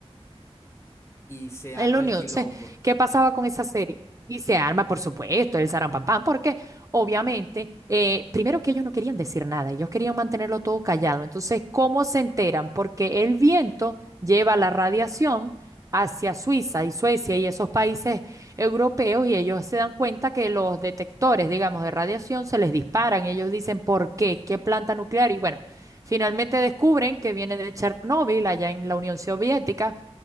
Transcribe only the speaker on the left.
Y se arma
el quilombo.